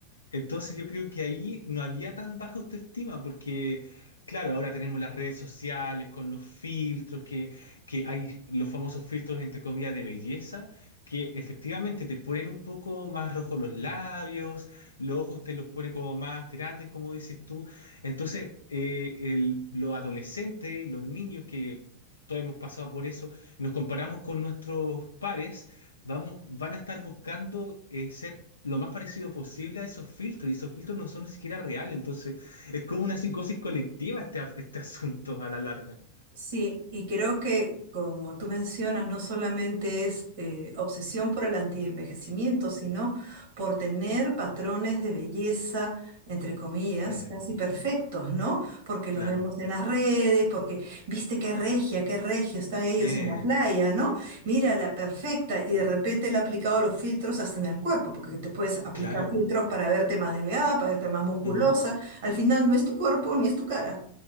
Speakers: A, on the left (about 75°); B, on the right (about 55°).
A: Entonces yo creo que ahí no había tan baja autoestima porque, claro, ahora tenemos las redes sociales con los filtros, que, que hay los famosos filtros entre comillas de belleza, que efectivamente te ponen un poco más rojos los labios, los ojos te los pone como más grandes, como dices tú. Entonces, eh, el- los adolescentes y los niños que... Todos hemos pasado por eso, nos comparamos con nuestros pares vamos, van a estar buscando eh, ser lo más parecido posible a esos filtros, y esos filtros no son ni siquiera reales, entonces es como una psicosis colectiva este, af- este <laughs> asunto a la larga.
B: Sí, y creo que, como tú mencionas, no solamente es eh, obsesión por el antienvejecimiento, sino por tener patrones de belleza, entre comillas,
A: Mm,
B: casi perfectos, ¿no? Porque los
A: claro,
B: vemos en las redes, porque, viste qué regia, qué regio están ellos
A: eh,
B: en la playa, ¿no? Mira, la perfecta, y de repente le ha aplicado los filtros hasta en el cuerpo, porque te puedes aplicar
A: claro.
B: filtros para verte más delgada, para verte más musculosa.
A: ujú.
B: Al final no es tu cuerpo ni es tu cara.